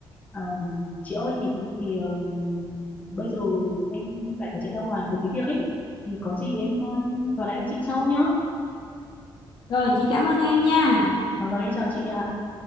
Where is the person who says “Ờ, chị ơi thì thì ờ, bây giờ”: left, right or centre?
Left